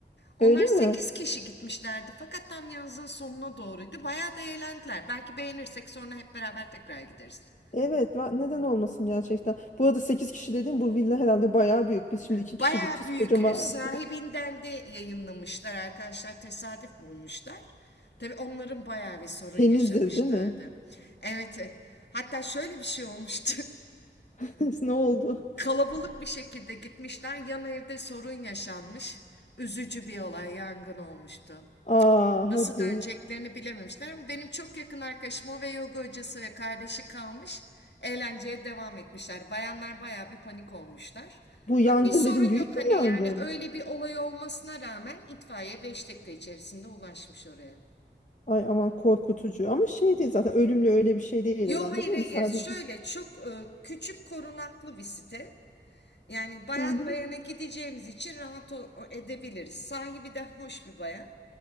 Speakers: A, on the left; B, on the left.
A: Onlar
B: öyle mi?
A: 8 kişi gitmişlerdi fakat tam yazın sonuna doğruydu. Bayağı da eğlendiler. Belki beğenirsek sonra hep beraber tekrar gideriz.
B: Evet, va- neden olmasın gerçekten. Bu arada 8 kişi dediğim bu villa herhalde bayağı büyük. Biz şimdi 2
A: Baya
B: kişi gideceğiz.
A: büyük.
B: Kocaman
A: E, Sahibinden de yayınlamışlar arkadaşlar. Tesadüf bulmuşlar. Tabii onların bayağı bir sorun
B: temizdir,
A: yaşamışlardı.
B: değil mi?
A: Evet. e, Hatta şöyle bir şey olmuştu. <laughs>
B: <laughs> Ne oldu?
A: Kalabalık bir şekilde gitmişler. Yan evde sorun yaşanmış. Üzücü bir olay, yangın olmuştu.
B: Aa,
A: Nasıl
B: hadi.
A: döneceklerini bilememişler ama benim çok yakın arkadaşım o ve yoga hocası ve kardeşi kalmış. Eğlenceye devam etmişler. Bayanlar bayağı bir panik olmuşlar.
B: Bu yangın
A: Ama bir sorun
B: dedim büyük
A: yok hani
B: bir yangın.
A: yani öyle bir olay olmasına rağmen itfaiye 5 dakika içerisinde ulaşmış oraya.
B: Ay aman korkutucu. Ama şey değil zaten ölümlü öyle bir şey değil
A: Yo
B: herhalde
A: hayır
B: değil
A: hayır.
B: mi sadece?
A: Şöyle çok e, küçük korunaklı bir site. Yani bayan
B: Hı hı.
A: bayana gideceğimiz için rahat o- edebiliriz. Sahibi de hoş bir bayan.